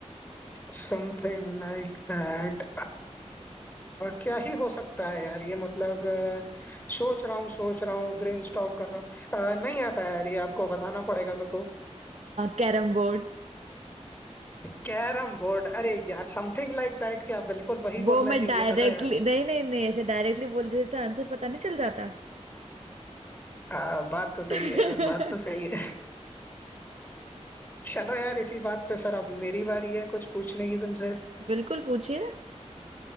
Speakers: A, on the left; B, on the right.
A: Something like that क्या ही हो सकता है यार ये मतलब अ, सोच रहा हूँ सोच रहा हूँ ब्रेनस्टॉर्म कर रहा हूँ अ, नहीं आता है यार ये आपको बताना पड़ेगा मेरे को
B: Carrom board
A: Carrom board अरे यार समथिंग लाइक दैट क्या बिल्कुल वही
B: वो
A: बोलना
B: मैं
A: चाहिए
B: डायरेक्टली
A: था ना यार
B: नहीं नहीं नहीं ऐसे डायरेक्टली बोल देते तो आंसर पता नहीं चल जाता
A: आ, बात तो सही
B: <laughs>
A: है यार बात तो सही है <laughs> चलो यार इसी बात पे फिर अब मेरी बारी है कुछ पूछने की तुमसे
B: बिल्कुल पूछिए